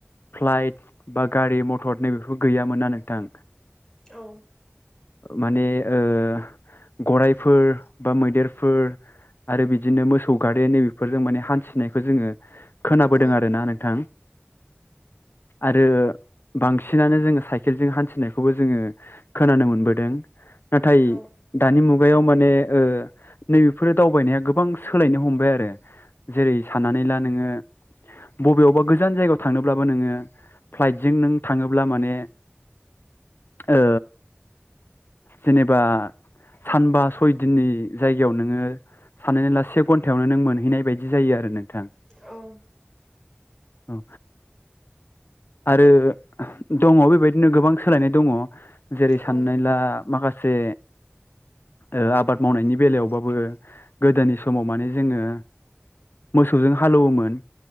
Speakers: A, on the left; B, on the left.
A: फ्लाइट बा गारि मथर नैबेफोर गैयामोन ना नोंथां।
B: औ।
A: माने ओ गरायफोर बा मैदेरफोर आरो बिदिनो मोसौ गारि नैबेफोरजों माने हान्थिनायखौ जोङो खोनाबोदों
B: औ
A: आरोना नोंथां। आरो बांसिनानो जोङो साइकेलजों हान्थिनायखौबो जोङो खोनानो मोनबोदों। नाथाय
B: औ
A: दानि मुगायाव माने ओ नैबेफोरो दावबायनाया गोबां सोलायनो हमबाय आरो। जेरै साननानै ला नोङो बबेयावबा गोजान जायगायाव थांनोब्लाबो नोङो फ्लाइटजों नों थाङोब्ला माने ओ जेनेबा सानबा सय दिननि जायगायाव नोङो साननानै ला से घन्टायावनो नों मोनहैनाय बायदि जायो आरो नों।
B: ओं।
A: औ। आरो दङ' बेबायदिनो गोबां सोलायनाय दङ'। जेरै
B: औ
A: साननानै ला माखासे ओ आबाद मावनायनि बेलायावबाबो गोदोनि समाव माने जोङो मोसौजों हालौवोमोन